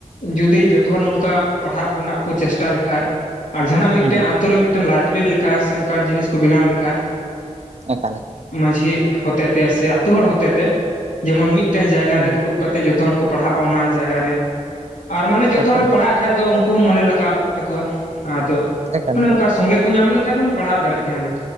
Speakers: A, on the left (about 90°); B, on the right (about 55°).
A: ᱡᱩᱫᱤ ᱡᱚᱛᱚ ᱱᱚᱝᱠᱟ ᱯᱟᱲᱦᱟᱜ ᱨᱮᱱᱟᱜ ᱠᱚ ᱪᱮᱥᱴᱟ ᱞᱮᱠᱷᱟᱡ ᱟᱨ ᱡᱟᱦᱟᱱᱟᱜ ᱢᱤᱫᱴᱮᱱ
B: ᱦᱩᱸ ᱦᱩᱸ
A: ᱟᱛᱩ ᱨᱮ ᱢᱤᱫᱴᱮᱱ ᱞᱟᱭᱵᱨᱮᱨᱤ ᱞᱮᱠᱟ ᱥᱮ ᱚᱱᱠᱟᱱ ᱡᱤᱱᱤᱥ ᱠᱚ ᱵᱮᱱᱟᱣ ᱞᱮᱠᱷᱟᱡ
B: ᱮᱠᱟᱞᱮᱠᱟ
A: ᱡᱷᱤ ᱦᱚᱛᱮᱛᱮ ᱥᱮ ᱟᱛᱩ ᱦᱚᱲ ᱦᱚᱛᱮᱛᱮ ᱡᱮᱢᱚᱱ ᱢᱤᱫᱴᱮᱱ ᱡᱟᱭᱜᱟ
B: ᱦᱩᱸ
A: ᱨᱮ
B: ᱦᱩᱸ
A: ᱫᱩᱲᱩᱵ ᱠᱟᱛᱮ ᱹᱹᱹᱹ ᱡᱚᱛᱚ ᱦᱚᱲ ᱠᱚ ᱯᱟᱲᱦᱟᱜᱼᱟ ᱚᱱᱟ ᱡᱟᱭᱜᱟ ᱨᱮ ᱟᱨ ᱢᱟᱱᱮ ᱡᱚᱛᱚ
B: ᱮᱠᱟᱞ
A: ᱦᱚᱲᱮᱢ ᱯᱟᱲᱦᱟᱜ
B: ᱮᱠᱟᱞ
A: ᱠᱷᱟᱱ ᱫᱚ ᱩᱱᱹᱹᱹ ᱠᱚ ᱢᱚᱱᱮ ᱞᱟᱜᱟᱣ ᱛᱟᱠᱚᱣᱟ ᱟᱫᱚ
B: ᱮᱠᱟᱞ
A: ᱚᱱᱮ
B: ᱮᱠᱟᱞ
A: ᱚᱱᱠᱟ ᱥᱚᱸᱜᱮ ᱠᱚ ᱧᱟᱢ ᱞᱮᱱᱠᱷᱟᱱ ᱫᱚᱢ ᱯᱟᱲᱦᱟᱣ ᱫᱟᱲᱮᱜ ᱜᱮᱭᱟ ᱦᱟᱸᱜ ᱡᱚᱛᱚ